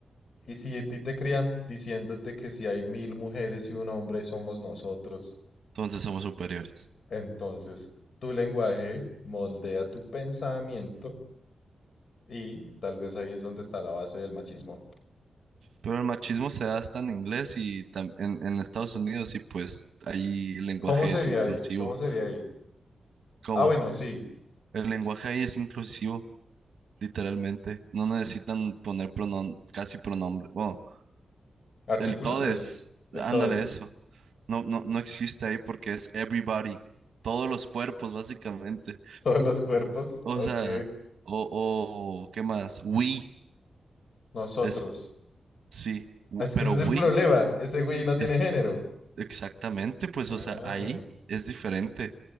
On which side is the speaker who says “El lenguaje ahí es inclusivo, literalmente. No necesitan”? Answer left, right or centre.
Right